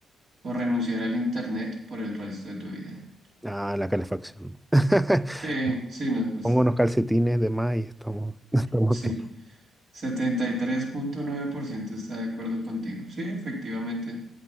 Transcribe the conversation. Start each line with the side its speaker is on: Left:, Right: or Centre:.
Right: ¿O renunciar al internet por el resto de tu vida?
Centre: Ah, la calefacción. <laughs>
Right: Sí, sí, no, pues
Centre: Pongo unos calcetines de más y estamos, <laughs> estamos
Right: sí.
Centre: bien.
Right: setenta y tres punto nueve por ciento está de acuerdo contigo. Sí, efectivamente,